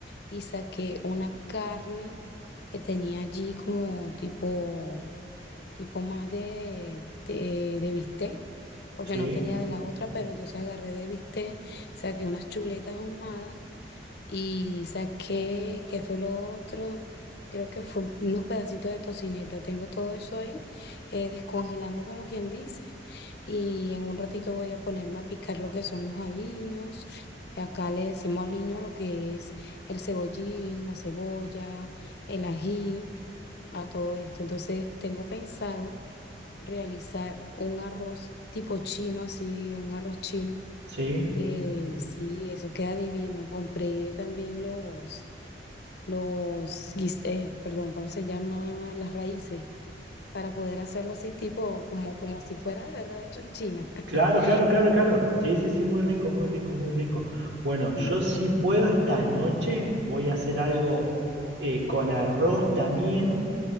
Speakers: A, on the left; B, on the right.
A: y saqué una carne que tenía allí como tipo, tipo más de, de, de bistec, porque
B: Sí,
A: no tenía de la otra, pero entonces agarré de bistec, saqué unas chuletas ahumadas y saqué, ¿qué fue lo otro? Creo que fue unos pedacitos de tocineta. Tengo todo eso ahí, eh, descongelando como quien dice. Y en un ratito voy a ponerme a picar lo que son los aliños. Y Acá le decimos aliño a lo que es el cebollín, la cebolla, el ají, a todo esto. Entonces tengo pensado realizar un arroz tipo chino, así, un arroz chino
B: sí.
A: eh, sí, eso queda divino. Compré también los, los, guis- eh, perdón, ¿cómo se llama? Las raíces, para poder hacerlo así tipo, como, como si fuera de verdad hecho en China.
B: Claro,
A: <laughs>
B: claro, claro, claro. Sí, sí, sí, muy rico, muy rico, muy rico. Bueno,
A: Sí,
B: yo si puedo esta noche voy a hacer algo eh, con arroz también,